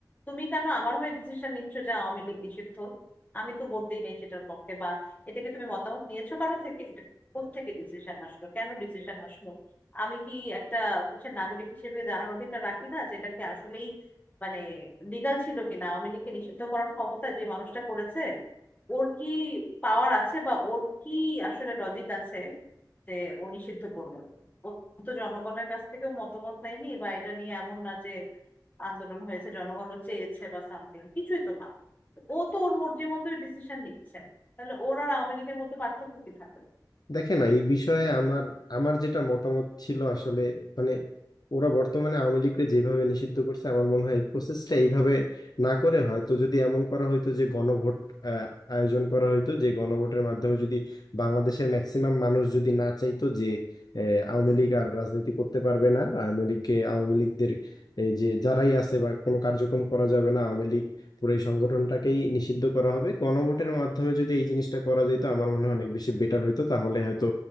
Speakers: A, on the left (about 20°); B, on the left (about 60°).
A: তুমি কেন আমার হয়ে ডিসিশন নিচ্ছ যে আওয়ামী লীগ নিষিদ্ধ আমি তো ভোট দিই নাই সেটার পক্ষে বা এটাকে তুমি মতামত নিয়েছো কারো থেকে এটা কোত্থেকে ডিসিশন আসলো কেন ডিসিশন আসলো আমি কি একটা দেশের নাগরিক হিসেবে জানার অধিকার রাখি না যে এটা কি আসলেই মানে লিগাল ছিল কিনা আওয়ামী লীগকে নিষিদ্ধ করার ক্ষমতা যে মানুষটা করেছে ওর কি পাওয়ার আছে বা ওর কি আসলে লজিক আছে যে ও নিষিদ্ধ করলো ও তো জনগণের কাছ থেকেও মতামত নেয়নি বা এটা নিয়ে এমন না যে আন্দোলন হয়েছে জনগণও চেয়েছে বা সামথিং কিছুই তো না ও তো ওর মর্জি মতোই ডিসিশন নিচ্ছে তাহলে ওর আর আওয়ামী লীগের মধ্যে পার্থক্য কি থাকবে
B: দেখেন এই বিষয়ে আমার আমার যেটা মতামত ছিল আসলে মানে ওরা বর্তমানে আওয়ামী লীগকে যেভাবে নিষিদ্ধ করছে আমার মনে হয় এই প্রসেসটা এইভাবে না করে হয়তো যদি এমন করা হইতো যে গণভোট আহ, আয়োজন করা হইতো যে গণভোটের মাধ্যমে যদি বাংলাদেশের ম্যাক্সিমাম মানুষ যদি না চাইতো যে আহ, আওয়ামী লীগ আর রাজনীতি করতে পারবে না আওয়ামী লীগকে আওয়ামী লীগদের এই যে যারাই আছে বা কোনো কার্যক্রম করা যাবে না আওয়ামী লীগ পুরো এই সংগঠনটাকেই নিষিদ্ধ করা হবে গণভোটের মাধ্যমে যদি এই জিনিসটা করা যেত আমার মনে হয় অনেক বেশি বেটার হইতো তাহলে হয়তো